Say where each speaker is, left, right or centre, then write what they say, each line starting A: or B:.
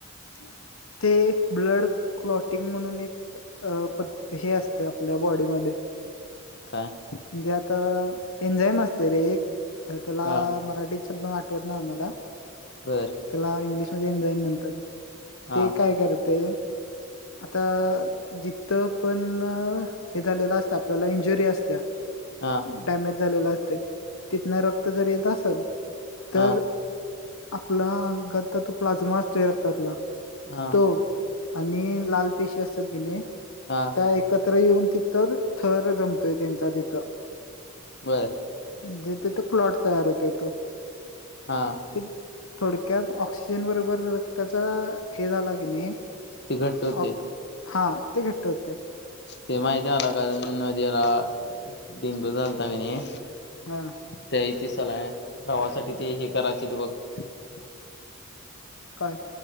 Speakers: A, on the left; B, on the left.
A: <unintelligible> ते ब्लड क्लॉटिंग म्हणून एक अ... पण हे असतं आपल्या बॉडीमध्ये
B: का.
A: म्हणजे आता एंजाईम असते रे एक... तर त्याला
B: हा
A: मराठीत शब्द आठवत नाही मला
B: बर
A: त्याला इंग्लिशमध्येध्ये एनझाईम म्हणतात.
B: हा
A: ते काय करतय आता.. जिथं पण हे झालेलं असतं. आपल्याला इंजुरी असती
B: हा
A: डॅमेज झालेलं असतय, तिथनं रक्त जर येत असल तर
B: हा
A: आपला <unintelligible> प्लाजमा असतोय रक्तातला
B: हा
A: तो आणि लाल पेशी असतात की नई
B: हा.
A: त्या एकत्र येऊन तिथं, थर जमतोय त्यांचा तिथं
B: बरं.
A: जिथं ते क्लॉट तयार होतंय तो
B: हा.
A: ते थोडक्यात ऑक्सिजन बरोबर रक्ताचा, हे झाला की नई
B: ते घट्ट होते
A: ऑ... हा ते घट्ट होतेय.
B: ते माहितिये मला, कारण मधी मला डेंगू झालता की नई
A: हा.
B: त्या इथं सलायन, लावासाठी ते हे करायचेत बघ
A: <unintelligible> काय?